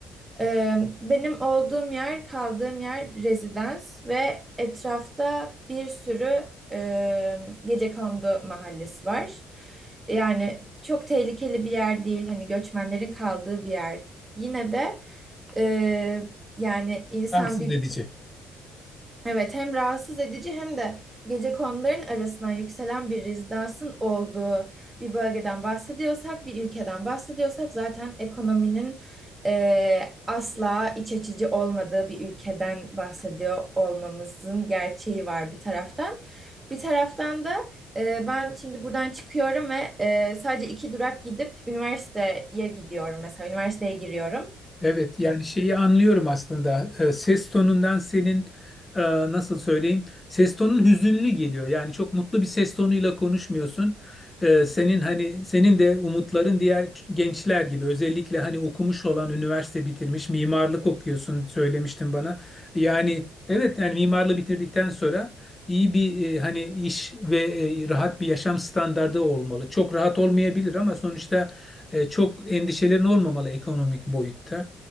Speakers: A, on the right; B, on the left.
A: Ee, benim olduğum yer, kaldığım yer rezidans ve etrafta bir sürü e, gecekondu mahallesi var. Yani çok tehlikeli bir yer değil, hani göçmenlerin kaldığı bir yer. Yine de e, yani insan
B: Rahatsız
A: bir
B: edici.
A: Evet hem rahatsız edici hem de gecekonduların arasından yükselen bir rezidansın olduğu bir bölgeden bahsediyorsak, bir ülkeden bahsediyorsak zaten ekonominin eee, asla iç açıcı olmadığı bir ülkeden bahsediyor olmamızın gerçeği var bir taraftan. Bir taraftan da eee, ben şimdi buradan çıkıyorum ve eee, sadece iki durak gidip üniversiteye gidiyorum mesela üniversiteye giriyorum.
B: Evet yani şeyi anlıyorum aslında Ee, ses tonundan senin e, nasıl söyleyeyim ses tonun hüzünlü geliyor yani çok mutlu bir ses tonuyla konuşmuyorsun Ee, senin hani senin de umutların diğer ç- gençler gibi özellikle hani okumuş olan üniversite bitirmiş mimarlık okuyorsun söylemiştin bana yani evet yani mimarlığı bitirdikten sonra iyi bir e, hani iş ve e, rahat bir yaşam standardı olmalı çok rahat olmayabilir ama sonuçta e, çok endişelerin olmamalı ekonomik boyutta.